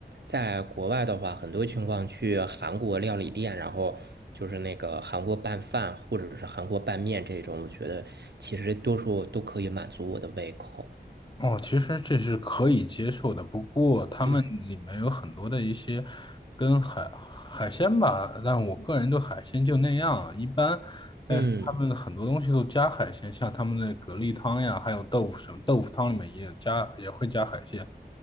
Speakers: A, on the right; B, on the left.
A: 在国外的话，很多情况去韩国料理店，然后就是那个韩国拌饭或者是韩国拌面这种，我觉得其实多数都可以满足我的胃口。
B: 哦，其实这是可以接受的，不过他们里面有很多的一些
A: 对，
B: 跟海海鲜吧，但我个人对海鲜就那样，一般。但是他们很多东西都加海鲜，
A: 嗯，
B: 像他们的蛤蜊汤呀，还有豆腐什么，豆腐汤里面也有加，也会加海鲜。